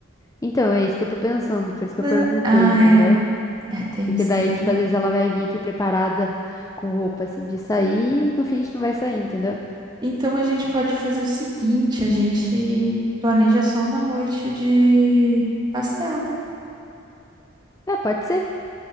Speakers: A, on the left; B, on the right.
A: Então, é isso que eu tô pensando, por isso que
B: Da-
A: eu perguntei,
B: Ah,
A: entendeu?
B: é, é, tem
A: Porque
B: isso
A: daí,
B: também,
A: tipo,
B: né?
A: às vezes ela vai vir aqui preparada com roupa assim de sair e no fim a gente não vai sair, entendeu?
B: Então a gente pode fazer o seguinte, a gente planeja só uma noite de pastel.
A: É, pode ser.